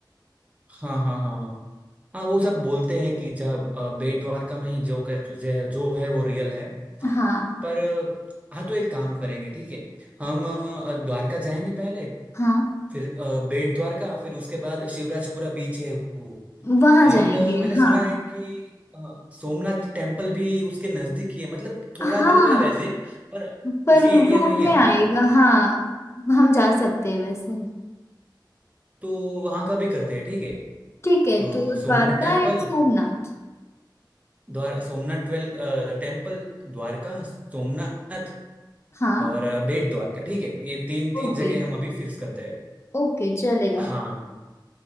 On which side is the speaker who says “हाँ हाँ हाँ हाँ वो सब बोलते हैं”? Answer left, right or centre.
Right